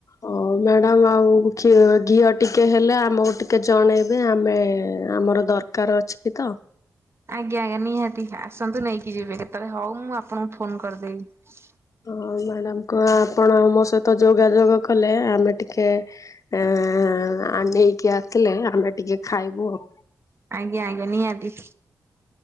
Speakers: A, on the left (about 50°); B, on the right (about 40°).
A: ହଉ ମ୍ୟାଡାମ ଆଉ ଘିଅ ଘିଅ ଟିକେ ହେଲେ ଆମକୁ ଟିକେ ଜଣେଇବେ ଆମେ ଆମର ଦରକାର ଅଛି କିତ
B: ଆଜ୍ଞା ଆଜ୍ଞା ନିହାତି ଆସନ୍ତୁ ନେଇକି ଯିବେ କେତେବେଳେ ହଉ ମୁଁ ଆପଣଙ୍କୁ ଫୋନ କରିଦେବି
A: ହଁ ମ୍ୟାଡ଼ାମ କଣ ଆପଣ ଆମ ସହିତ ଯୋଗାଯୋଗ କଲେ ଆମେ ଟିକେ ହ ଆ ନେଇକି ଆସିଲେ ଆମେ ଟିକେ ଖାଇବୁ ଆଉ
B: ଆଜ୍ଞା ଆଜ୍ଞା ନିହାତି